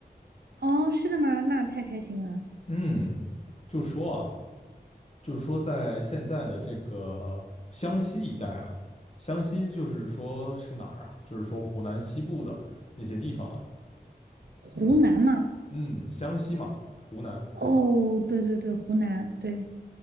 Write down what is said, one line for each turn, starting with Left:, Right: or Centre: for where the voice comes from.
Right: 哦，是的吗？那太开心了。
Left: 嗯，就说啊，就是说在现在的这个湘西一带啊，湘西就是说是哪儿啊？就是说湖南西部的那些地方啊，
Right: 湖南吗？
Left: 嗯，湘西嘛，湖南。
Right: 哦，对对对，湖南，对。